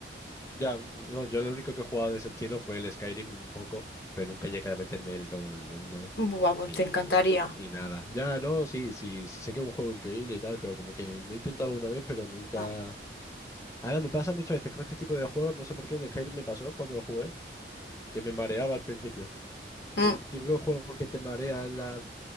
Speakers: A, on the left (about 15°); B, on the left (about 70°).
A: Ya, no, yo lo único que he jugado de ese estilo fue el Skyrim un poco, pero nunca llegué a meterme del todo en el mundo,
B: Buah, pues
A: ni,
B: te encantaría.
A: ni nada. Ya, no, sí, sí, sí sé que es un juego increíble y tal, pero como que lo he intentado alguna vez, pero nunca...
B: Mm.
A: Ahora me pasa muchas veces con este tipo de juegos, no sé por qué en el Skyrim me pasó cuando lo jugué, que me mareaba al principio.
B: Mm.
A: El típ- típico juego que te marea en la...